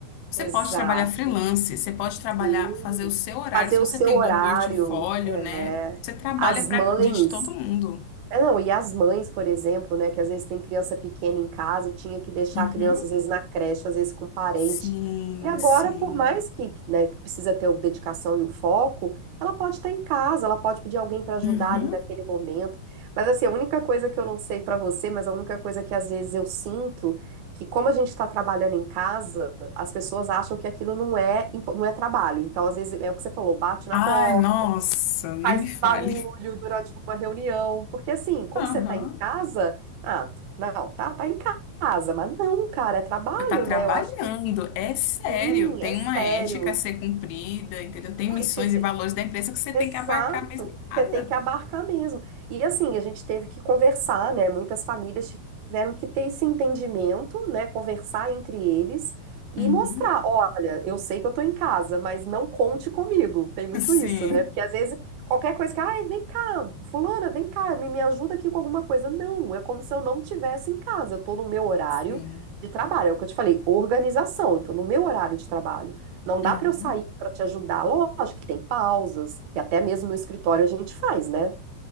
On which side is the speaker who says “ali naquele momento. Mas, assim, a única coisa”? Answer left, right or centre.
Right